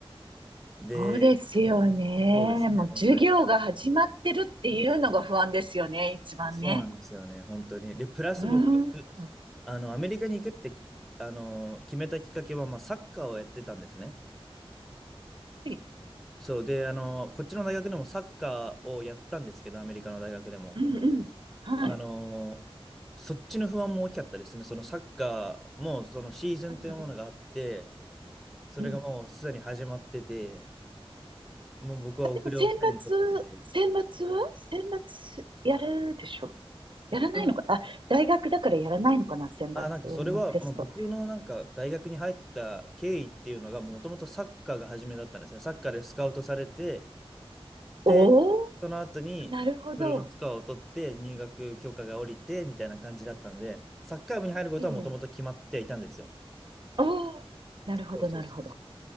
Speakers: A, in the centre; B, on the right.
A: で、
B: そうですよね。
A: そうですね、
B: もう授業が始まってるっていうのが不安ですよね、
A: 本当に。
B: 一番ね。
A: そうなんですよね、本当に。で、プラス僕、
B: うーん。は
A: あの、アメリカに行くって、あの、決めたきっかけは、まあ、サッカーをやってたんですね。
B: い
A: そうで、あの、こっちの大学でもサッカーをやったんですけど、アメリカの大学でも。
B: うんうん。はい。
A: あの、そっちの不安も大きかったですね。そのサッカーも、そのシーズンというものがあって、
B: あ、なるほど。
A: それがもうすでに始まってて、
B: うん。
A: もう僕は遅れをすでに取ってて。
B: あ、でも選抜、選抜は選抜やるでしょやらないのかなあ、
A: でも
B: 大学だからやらないのかな選抜のテスト。
A: あ、なんかそれは、もう僕のなんか大学に入った経緯っていうのが、もともとサッカーが初めだったんですね。サッカーでスカウトされて、で、
B: おお、
A: その後に、
B: なるほど。
A: フルのスコアを取って入学許可が下りてみたいな感じだったんで、
B: は
A: サッカー部に入ることはもともと決まっていたんですよ。
B: い。おお、なるほど、
A: そうそうそうそう。
B: なるほど。